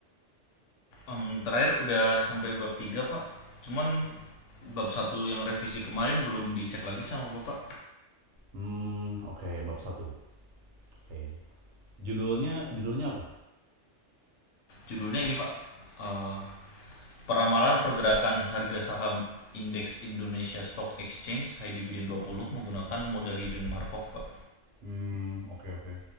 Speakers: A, on the left; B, on the right.
A: Em, terakhir udah sampai bab tiga Pak. Cuman bab satu yang revisi kemarin belum dicek lagi sama Bapak.
B: hmm oke okay, bab satu ya? Oke. Okay. Judulnya judulnya apa?
A: Judulnya ini, Pak. Eh, Peramalan Pergerakan Harga Saham Indeks Indonesia Stock Exchange High Dividend 20 menggunakan model hidden Markov, Pak.
B: hmm oke okay, oke. Okay.